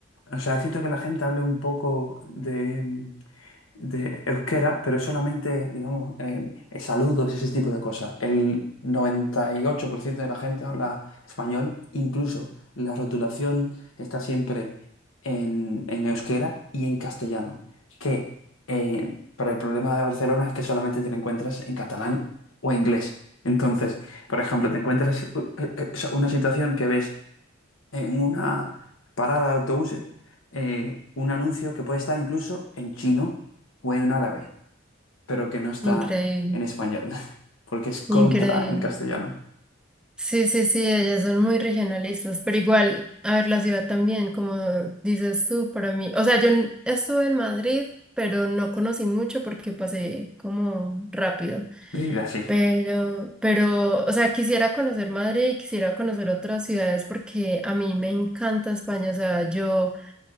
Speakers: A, on the left; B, in the centre.
A: o sea, siento que la gente hable un poco de, de euskera, pero es solamente, digamos, eh, saludos ese tipo de cosas. El 98% de la gente habla español, incluso la rotulación está siempre en, en euskera y en castellano, que eh, para el problema de Barcelona es que solamente te la encuentras en catalán o inglés. Entonces, por ejemplo, te encuentras eh, eh, eh, o sea, una situación que ves en una parada de autobuses eh, un anuncio que puede estar incluso en chino o en árabe, pero que no está
B: Increíble,
A: en español, <laughs> porque es contra
B: increíble.
A: el castellano.
B: Sí, sí, sí, ellas son muy regionalistas, pero igual, a ver, la ciudad también, como dices tú, para mí, o sea, yo n- estuve en Madrid, pero no conocí mucho porque pasé como rápido,
A: Leída así.
B: pero, pero, o sea, quisiera conocer Madrid y quisiera conocer otras ciudades porque a mí me encanta España, o sea, yo...